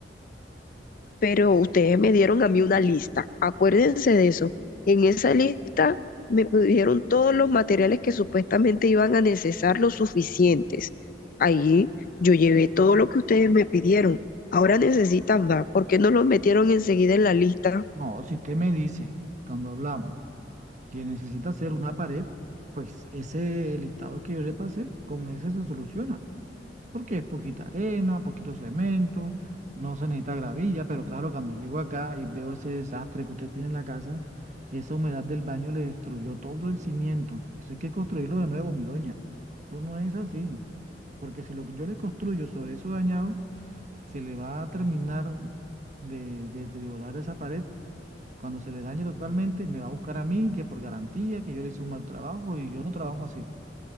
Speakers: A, on the left (about 50°); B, on the right (about 45°).
A: pero ustedes me dieron a mí una lista, acuérdense de eso. En esa lista me pidieron todos los materiales que supuestamente iban a necesitar los suficientes. Ahí yo llevé todo lo que ustedes me pidieron. Ahora necesitan más. ¿Por qué no los metieron enseguida en la lista?
B: No, si usted me dice cuando hablamos que necesita hacer una pared, pues ese listado que yo le pasé, con ese se soluciona, porque es poquita arena, poquito cemento, no se necesita gravilla, pero claro, cuando llego acá y veo ese desastre que usted tiene en la casa, esa humedad del baño le destruyó todo el cimiento. Eso hay que construirlo de nuevo, mi doña. Eso no es así, porque si lo que yo le construyo sobre eso dañado, se le va a terminar de de deteriorar esa pared cuando se le dañe totalmente, me va a buscar a mí, que por garantía, que yo le hice un mal trabajo y yo no trabajo así.